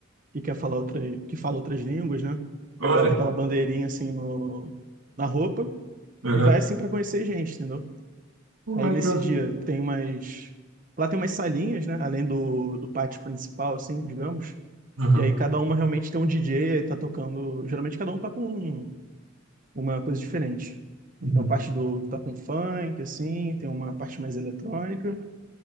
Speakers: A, on the right (about 40°); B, on the right (about 75°).
A: que quer falar outra, que fala outras línguas, né?
B: olha,
A: Aí bota aquela bandeirinha assim no, na roupa
B: aham,
A: e vai assim para conhecer gente, entendeu?
B: Olha,
A: Aí nesse
B: cara.
A: dia tem umas. Lá tem umas salinhas, né? Além do, do pátio principal, assim, digamos.
B: Aham.
A: Que aí cada uma realmente tem um DJ, aí tá tocando. Geralmente cada um tá com uma coisa diferente.
B: uhum.
A: Tem uma parte do que tá com funk, assim, tem uma parte mais eletrônica.